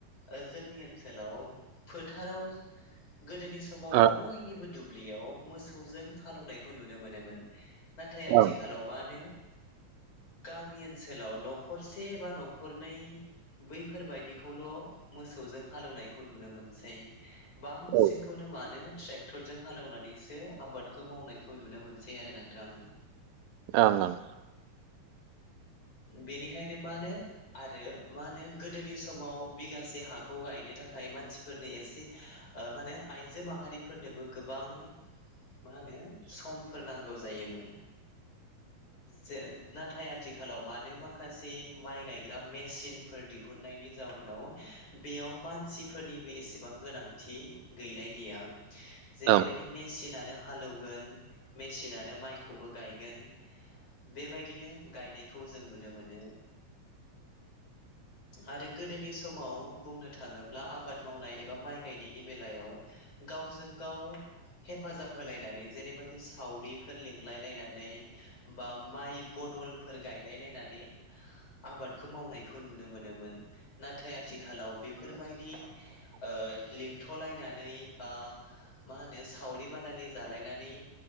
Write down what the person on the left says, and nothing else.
ओ जोंनि ओनसोलाव फोथाराव गोदोनि समाव
बयनिबो दुब्लियाव मोसौजों हालेवनायखौ नुनो मोनोमोन। नाथाय आथिखालाव
मानो गामि ओनसोलाव न'खरसे बा न'खरनै बैफोरबायदि खौल' मोसौजों हालौनायखौ नुनो मोनसै बांसिनखौनो
मानो। ट्रेक्टरजों हालौनानैसो आबादखौ मावनायखौ नुनो मोनसै आरो नोंथां।
बेनिखायनो मानो आरो मानो गोदोनि स समाव बिगासे हाखौ गायनो थाखाय मानसिफोरनो एसे ओ मानो आइजो माहारिफोरनो बो गोबां मा होनो समफोर नांगौ जायोमोन जे नाथाय आथिखालाव मानो माखासे माइ गायग्रा मेसिनफोर दिहुननायनि जाउनाव बेयाव मानसिफोरनिबो एसेबां गोनांथि गैलायलिया। जेरैबायदि
मेसिना हालौगोन मेसिनानो माइखौबो गायगोन। बेबायदिनो गायनायखौ जों नुनो मोनो आरो गोदोनि समाव बुंनो थाङोब्ला आबाद मावनाय एबा माइ गायनायनि बेलायाव गावजों गाव हेफाजाब होलायनानै जेरैबायदि सावरिफोर लिंलाय लायनानै बा माइ बदलफोर गायलाय लायनानै आबादखौ मावनायखौ नुनो मोनोमोन। नाथाय आथिखालाव बेफोरबायदि ओ लिंथ'लायना नै बा मा होनो सावरि बादालि जालायनानै